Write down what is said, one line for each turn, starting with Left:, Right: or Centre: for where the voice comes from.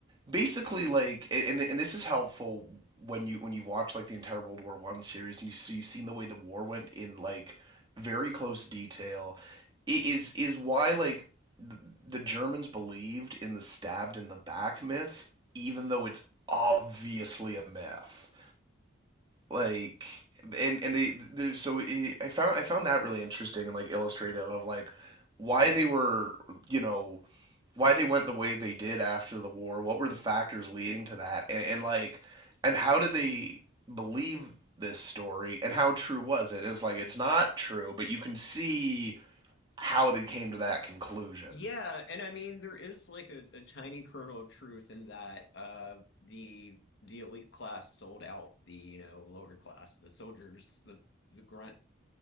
Right: basically like and and this is helpful when you when you've watched like the entire World War One series and you so you've seen the way the war went in like very close detail i- is is why like the Germans believed in the stabbed in the back myth even though it's obviously a myth like and and they there's so it, I found I found that really interesting and like illustrative of like why they were you know why they went the way they did after the war. What were the factors leading to that? And, and like, and how did they believe this story? And how true was it? It's like it's not true, but you can see how they came to that
Left: Yeah.
Right: conclusion.
Left: Yeah, and I mean there is like a a tiny kernel of truth in that uh, the the elite class sold out the, you know, lower class. The soldiers, the the grunt